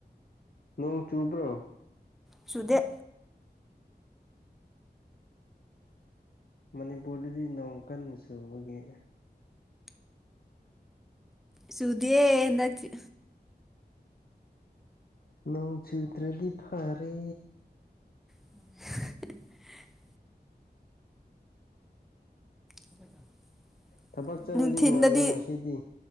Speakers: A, on the left; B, in the centre.
A: ꯅꯣꯡ ꯆꯨꯕ꯭ꯔꯣ
B: ꯆꯨꯗꯦ
A: ꯃꯅꯤꯄꯨꯔꯗꯗꯤ ꯅꯣꯡ ꯀꯟꯅ ꯆꯨꯕꯒꯤ
B: ꯆꯨꯗꯤꯌꯦ ꯍꯟꯗꯛꯇꯤ
A: ꯅꯣꯡ ꯆꯨꯗ꯭ꯔꯗꯤ ꯐꯥꯔꯦ
B: <unintelligible> <inaudible>
A: ꯊꯥꯕꯛ ꯆꯠꯄꯗꯤ
B: ꯅꯨꯡꯊꯤꯟꯗꯗꯤ
A: ꯅꯨꯡꯉꯥꯏꯕ꯭ꯔꯣ ꯉꯁꯤꯗꯤ